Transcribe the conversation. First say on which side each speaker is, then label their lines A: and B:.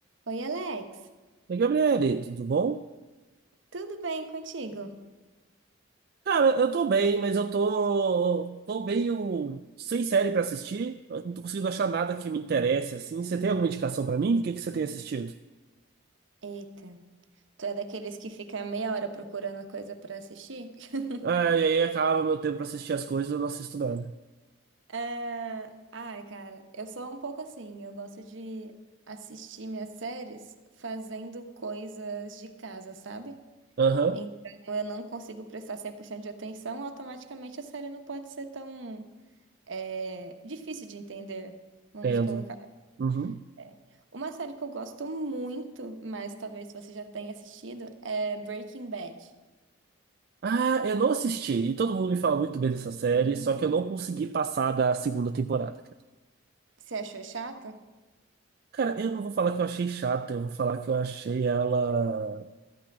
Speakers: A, on the right; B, on the right.
A: Oi, Alex,
B: Oi, Gabriele, tudo bom?
A: tudo bem contigo?
B: Cara, eu tô bem, mas eu tô, tô meio sem série pra assistir. Eu não tô conseguindo achar nada que me interesse, assim. Você tem alguma indicação pra mim? O que que você tem assistido?
A: Eita, tu é daqueles que fica meia hora procurando coisa pra assistir? <laughs>
B: Ah, e aí acaba meu tempo pra assistir as coisas, eu não assisto nada.
A: É, Ai, cara, eu sou um pouco assim, eu gosto de assistir minhas séries fazendo coisas de casa, sabe?
B: Aham,
A: Então eu não consigo prestar 100% de atenção, automaticamente a série não pode ser tão é, difícil de entender, vamos
B: entendo.
A: colocar.
B: Uhum.
A: É. Uma série que eu gosto muito, mas talvez você já tenha assistido, é Breaking Bad.
B: Ah, eu não assisti. E todo mundo me fala muito bem dessa série, só que eu não consegui passar da segunda temporada, cara.
A: Você achou chato?
B: Cara, eu não vou falar que eu achei chata, eu vou falar que eu achei ela